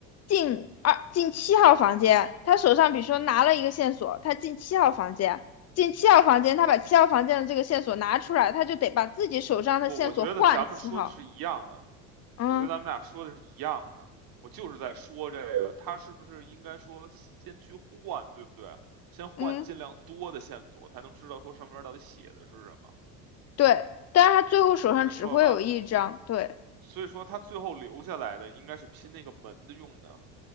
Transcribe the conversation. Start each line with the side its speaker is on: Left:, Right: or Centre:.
Left: 进二进七号房间，他手上比如说拿了一个线索，他进七号房间，进七号房间，他把七号房间的这个线索拿出来，他就得把自己手上的线索换七号。
Right: 不，我觉得咱们说的是一样的。
Left: 嗯
Right: 我觉得咱们俩说的是一样的，我就是在说这个，他是不是应该说先去换，对不对啊？先换尽量多的线索，
Left: 嗯，
Right: 才能知道说上面到底写的是什么，
Left: 对，但是他最后手上只会有一张，
Right: 没错吧？
Left: 对
Right: 所以说他最后留下来的应该是拼那个门的用的，